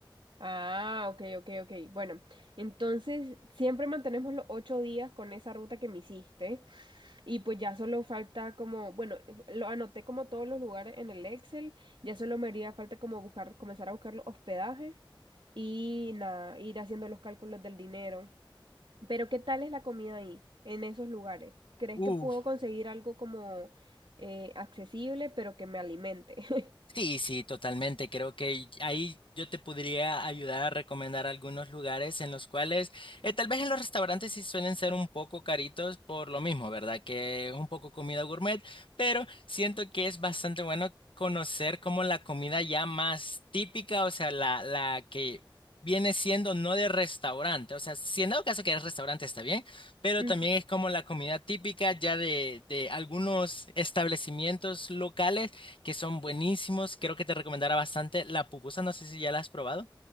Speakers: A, on the right; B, on the left.
A: Ah, ok, ok, ok. Bueno, entonces siempre mantenemos los ocho días con esa ruta que me hiciste y pues ya solo falta como, bueno, lo anoté como todos los lugares en el Excel, ya solo me haría falta como buscar, comenzar a buscar los hospedajes y nada, ir haciendo los cálculos del dinero. Pero ¿qué tal es la comida ahí, en esos lugares? ¿Crees
B: Uf.
A: que puedo conseguir algo como eh, accesible, pero que me alimente? <laughs>
B: Sí, sí, totalmente. Creo que ahí yo te podría ayudar a recomendar algunos lugares en los cuales, eh, tal vez en los restaurantes sí suelen ser un poco caritos por lo mismo, ¿verdad? Que es un poco comida gourmet, pero siento que es bastante bueno conocer como la comida ya más típica, o sea, la, la que viene siendo no de restaurante, o sea, si en dado caso que es restaurante está bien, pero
A: Mm,
B: también es como la comida típica ya de, de algunos establecimientos locales que son buenísimos. Creo que te recomendará bastante la pupusa. No sé si ya la has probado.